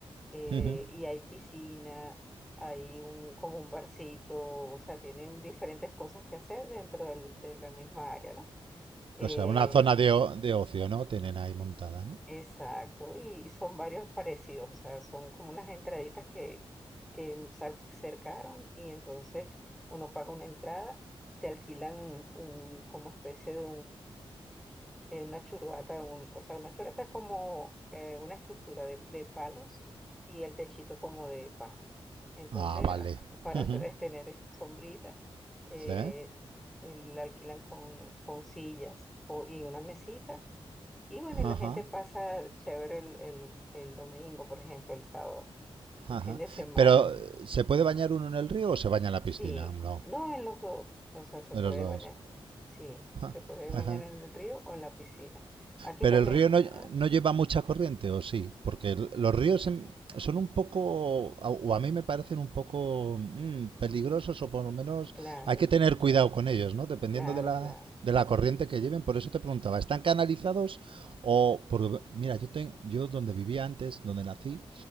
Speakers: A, in the centre; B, on the right (about 60°).
A: eh,
B: ujú.
A: y hay piscina, hay un, como un barcito, o sea, tienen diferentes cosas que hacer dentro del- de la misma área, ¿no? Eh,
B: O sea, una zona de, o- de ocio, ¿no? Tienen ahí montada, ¿no?
A: exacto, y son varios parecidos, o sea, son como unas entraditas que, que sar- cercaron y entonces uno paga una entrada, te alquilan un, como especie de eh, una churuata, un- o sea, una churuata es como eh, una estructura de, de palos y el techito como de paja. Entonces,
B: Ah, vale.
A: a- para
B: Ujú.
A: te- tener es- sombrita, eh,
B: ¿Sí?
A: eh, la alquilan con, con sillas o- y una mesita. Y bueno, y la
B: Ajá.
A: gente pasa chévere el, el, el domingo, por ejemplo, el sábado, el
B: Ajá.
A: fin de semana.
B: Pero, ¿se puede bañar uno en el río o se baña en la
A: Sí,
B: piscina? No,
A: no en los dos, o sea, se
B: de
A: puede
B: los dos.
A: bañar, sí,
B: Ja,
A: se puede
B: Ajá.
A: bañar en el río o en la piscina. Aquí
B: Pero
A: también,
B: el río no,
A: ¿ah?
B: no lleva mucha corriente, ¿o sí? Porque el- los ríos en- son un poco, a- o a mí me parecen un poco mm, peligrosos, o por lo menos
A: Claro,
B: hay que tener cuidado con ellos, ¿no? Dependiendo
A: claro,
B: de la,
A: claro,
B: de la corriente que lleven. Por eso te preguntaba, ¿están canalizados o...? Porque, mira, yo, ten- yo donde vivía antes, donde nací,